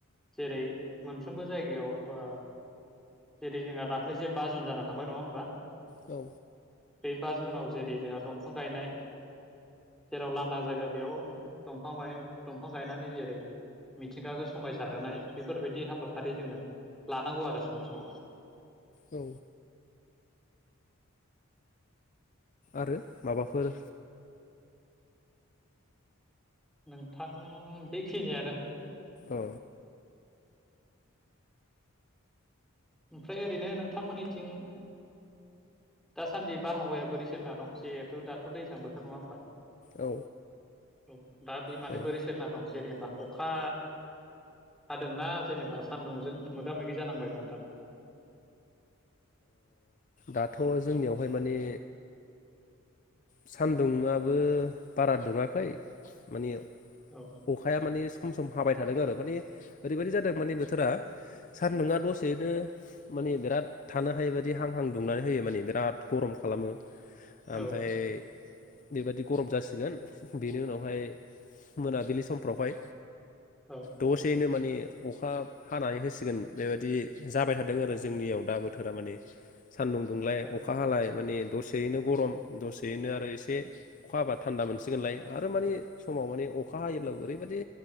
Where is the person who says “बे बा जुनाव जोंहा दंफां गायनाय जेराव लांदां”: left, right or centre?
Centre